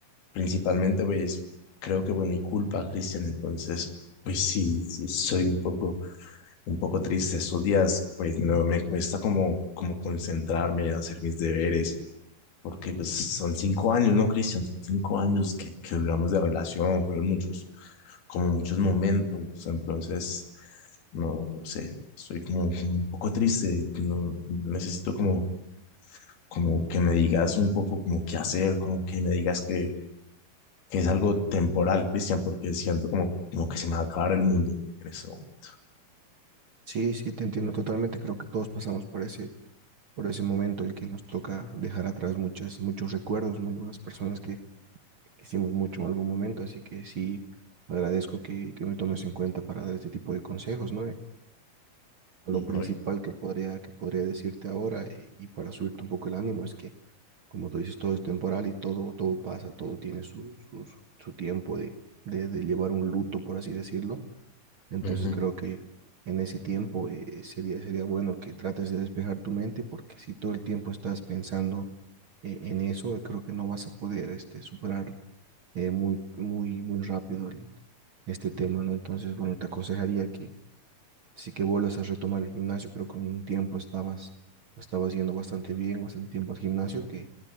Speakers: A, on the left; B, on the right.
A: Principalmente, pues, creo que fue mi culpa, Cristian. Entonces, pues sí, sí, soy un poco, un poco triste. Estos días, pues, no me cuesta como, como concentrarme, hacer mis deberes, porque pues son cinco años, ¿no, Cristian? Son cinco años que, que duramos de relación, fueron muchos, como muchos momentos. Entonces, no, no sé, estoy como, como un poco triste. No, necesito como, como que me digas un poco como qué hacer, como que me digas que que es algo temporal, Cristian, porque siento como, como que se me va a acabar el mundo en ese momento.
B: Sí, sí, te entiendo totalmente, creo que todos pasamos por ese, por ese momento en que nos toca dejar atrás muchas, muchos recuerdos, muchas personas que hicimos mucho en algún momento, así que sí, agradezco que, que me tomes en cuenta para dar este tipo de consejos, ¿no? lo principal
A: No, y-
B: que podría, que podría decirte ahora y, y para subirte un poco el ánimo es que, como tú dices, todo es temporal y todo, todo pasa, todo tiene su, su, su su tiempo de, de, de llevar un luto, por así decirlo. Entonces
A: Ujú.
B: creo que en ese tiempo eh, sería, sería bueno que trates de despejar tu mente porque si todo el tiempo estás pensando eh, en eso, eh, creo que no vas a poder este, superar eh, muy, muy, muy rápido el- este tema, ¿no? Entonces, bueno, te aconsejaría que Así que vuelvas a retomar el gimnasio. Creo que en un tiempo estabas, estabas yendo bastante bien, bastante tiempo al gimnasio, que